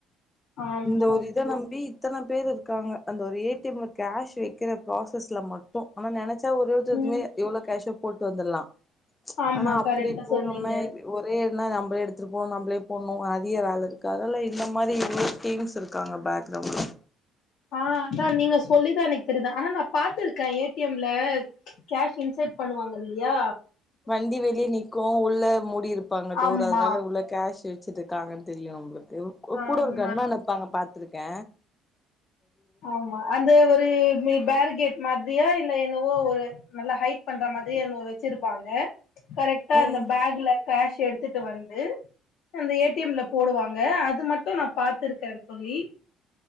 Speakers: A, on the left (about 70°); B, on the left (about 20°).
A: ஆமா
B: இந்த ஒரு இத நம்பி இத்தன பேருக்காங்க அந்த ஒரு ஏ டி எம்ல கேஷ் வெ க்கிற ப்ராசஸ்ல மட்டு ஆனா நெனச்சா ஒருத்தத்துமே
A: ம்
B: இவ்வளோ கேஷ போட்டு வந்தர்லா
A: ஆமா
B: அனா அப்டி
A: கரெக்டா
B: போகாம
A: சொன்னீங்க
B: ஒரே ன்னா நம்பளே எடுத்துட்டு போனு நம்பளே போன்னு அதிக வேலருக்கு அதெல்ல இந்த மாரி இவ்வளோ டீம்ஸ் இருக் க்காங்க பேக்ரௌண்ட்ல
A: ஆ அதா நீங்க சொல்லிதா எனக்கு தெரிது ஆனா நா பா்த்துருக்க ஏ டி எம் ல கேஷ் இன்சட் பண்ணுவாங்க இல்லியா
B: வண்டி வெளிய நிக்கு உள்ள மூடி இருப்பாங்க டோர
A: ஆமா
B: அதுனால உள்ள கேஷு சிட்ருக்காங்கன் தெரியு நம்ப்ளுக்கு கு
A: ஆமா
B: கூட ஒரு கன் மேன் இருப்பாங்க பாத்துருக்க
A: ஆமா அந்த ஒரு மி பேரிகேட் மாத்ரியா இல்ல என்னவோ ஒரு நல்லா ஹைட் பண்ற மாதிரியா என்னவோ வச்சிருப்பாங்க கரெக்ட்டா
B: ம்
A: அந்த பேக்ல கேஷ் எடுத் துட்டு வந்து அந்த ஏ டி எம் ல போடுவாங்க அது மட்டு நா பா்த்துருக்க தோழி